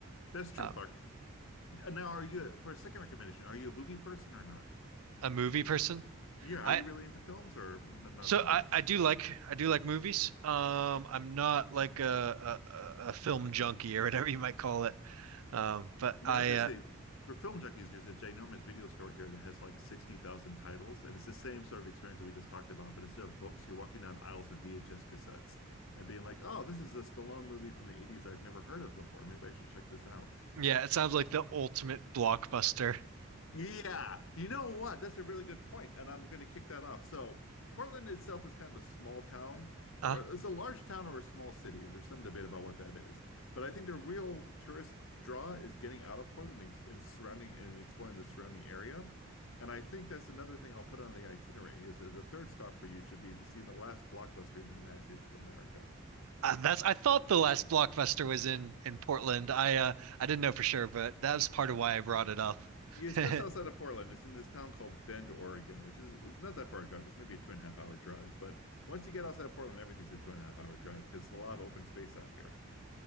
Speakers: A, on the left; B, on the right.
A: That's true,
B: Uh,
A: Clark. Uh, Now, are you for a second recommendation, are you a movie person or not?
B: a movie person?
A: Yeah, are
B: I
A: you really into films or n not
B: So
A: so
B: I,
A: much?
B: I do like I do like movies. Um, I'm not like a, a a a film junkie or whatever you might call it. Um, but
A: Yeah,
B: I
A: I was gonna
B: uh,
A: say for film junkies, there's a ginormous video store here that has like 60,000 titles, and it's the same sort of experience that we just talked about. But instead of books, you're walking down aisles of VHS cassettes and being like, "Oh, this is a Stallone movie from the 80s I've never heard of before. Maybe I should check this out."
B: yeah, it sounds like the ultimate blockbuster.
A: Yeah, you know what? That's a really good point, and I'm going to kick that off. So, Portland itself is kind of a small town, or
B: Uh,
A: it's a large town or a small city. There's some debate about what that is. But I think the real tourist draw is getting out of Portland and, ex- and surrounding and exploring the surrounding area. And I think that's another thing I'll put on the itinerary is that the third stop for you should be to see the last blockbuster in the United States of America.
B: uh, that's I thought the last blockbuster was in in Portland. I uh I didn't know for sure, but that was part of why I brought it up.
A: Yeah, it's
B: <laughs>
A: just outside of Portland. It's in this town called Bend, Oregon, which is it's not that far a drive. It's maybe a two and a half hour drive. But once you get outside of Portland, everything's a two and a half hour drive because there's a lot of open space out here.